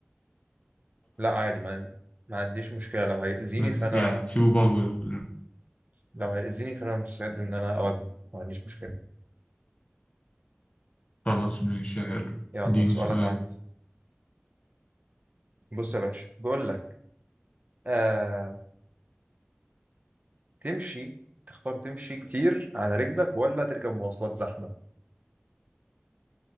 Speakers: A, on the right (about 40°); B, on the left (about 30°).
A: لا عادي ما ما عنديش مشكله لو هيأذيني فانا
B: ت- يعني تسيبوا بعض وال-
A: لو هيأذيني فانا مستعد ان انا اواجهه ما عنديش مشكله
B: خلاص ماشي حلو
A: يلا
B: اديني
A: سؤالك
B: سؤال
A: عندي بص يا باشا بقول لك آه... تمشي تختار تمشي كتير على رجلك ولا تركب مواصلات زحمه